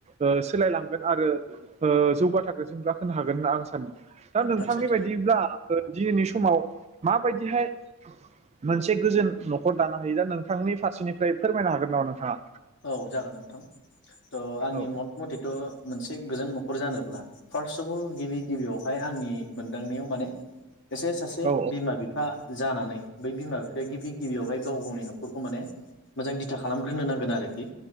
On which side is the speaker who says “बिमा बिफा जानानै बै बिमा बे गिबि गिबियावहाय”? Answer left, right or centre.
Left